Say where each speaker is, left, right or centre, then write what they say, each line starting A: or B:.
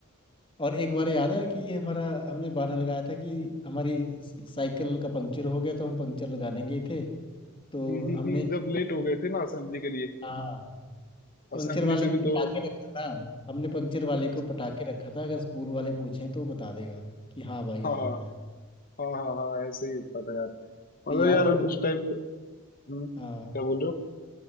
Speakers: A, on the left; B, on the left.
A: और एक बार याद है कि हमारा हमने बहाना लगाया था कि हमारी स- साइकिल का पंक्चर हो गया तो हम पंक्चर लगाने गए थे तो
B: हम्म, हम्म,
A: हमने
B: हम्म, जब लेट हो गए थे ना असेंबली के लिए
A: हाँ पंक्चर
B: असेंबली
A: वाले
B: से
A: को
B: भी दो
A: पटाके रखा था हमने पंक्चर वाले
B: हाँ
A: को पटाके रखा था अगर स्कूल वाले पूछें तो बता देगा कि हाँ भाई
B: हाँ
A: आया था
B: हाँ हाँ हाँ, ऐसे ही होता था यार मतलब
A: ये। यार
B: यार
A: वो
B: उस टाइम पे हम्म क्या
A: हाँ
B: बोल रहे